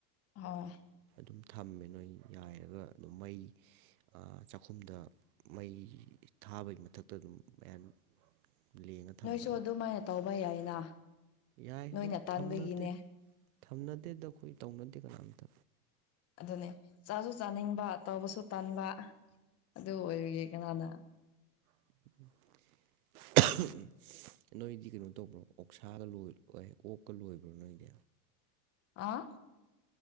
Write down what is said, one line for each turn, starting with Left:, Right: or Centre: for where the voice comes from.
Left: ꯍꯣꯏ
Right: ꯑꯗꯨꯝ ꯊꯝꯃꯦ ꯅꯣꯏ ꯌꯥꯏꯔꯒ ꯗꯨꯝ ꯃꯩ ꯑꯥ ꯆꯥꯛꯈꯨꯝꯗ ꯃꯩ ꯊꯥꯕꯩ ꯃꯊꯛꯇ ꯑꯗꯨꯝ <unintelligible> ꯊꯝꯕꯗꯣ
Left: ꯅꯣꯏꯁꯨ ꯑꯗꯨꯃꯥꯏꯅ ꯇꯧꯕ ꯌꯥꯏꯅ
Right: ꯌꯥꯏ
Left: ꯅꯣꯏꯅ
Right: ꯑꯗꯣ
Left: ꯇꯥꯟꯕꯒꯤꯅꯦ
Right: ꯊꯝꯅꯗꯦ ꯊꯝꯅꯗꯦꯗ ꯑꯩꯈꯣꯏ ꯇꯧꯅꯗꯦ ꯀꯅꯥꯝꯇ
Left: ꯑꯗꯨꯅꯦ ꯆꯥꯁꯨ ꯆꯥꯅꯤꯡꯕ ꯇꯧꯕꯁꯨ ꯇꯟꯕ ꯑꯗꯨ ꯑꯣꯏꯕꯒꯤ ꯀꯅꯥꯅ
Right: <inaudible>
Left: <inaudible>
Right: <unintelligible> ꯅꯣꯏꯗꯤ ꯀꯩꯅꯣ ꯇꯧꯕ꯭ꯔꯣ ꯑꯣꯛꯁꯥꯒ ꯂꯣꯏ ꯑꯣꯏꯌꯦ ꯑꯣꯛꯀ ꯂꯣꯏꯕ꯭ꯔꯣ ꯅꯣꯏꯗꯤ
Left: ꯑꯥ